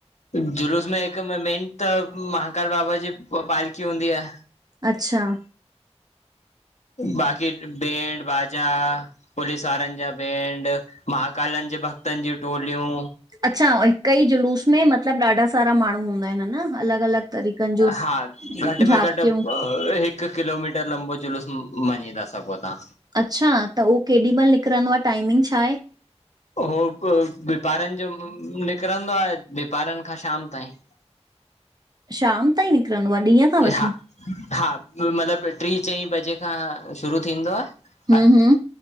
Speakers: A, on the left; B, on the right.
A: जुलूस में हिक ॿ मेन त महाकाल बाबा जी पालकी हूंदी आ।
B: अच्छा।
A: बाक़ी त बैंड बाजा। पुलिस वारनि जा बैंड, महाकालनि जे भक्तनि जी टोलियूं।
B: अच्छा, हिक ई जुलूस में मतलबु ॾाढा सारा माण्हू हूंदा इन न। अलॻि अलॻि तरीक़नि जूं
A: हा, घटि
B: झांकियूं
A: में घटि ॿ। हिकु किलोमीटर लंबो जुलूस मञी थां सघो तां।
B: अच्छा, त उहो केॾी महिल निकिरंदो आ, टाईमिंग छा आहे?
A: उहो हिकु विपारनि जो निकिरंदो आ विपारनि खां शाम ताईं।
B: शाम ताईं निकिरंदो आ, ॾींहं खां वठी?
A: हा हा मतिलबु ट्री चईं बजे खां शुरू थींदो आ।
B: हम्म हम्म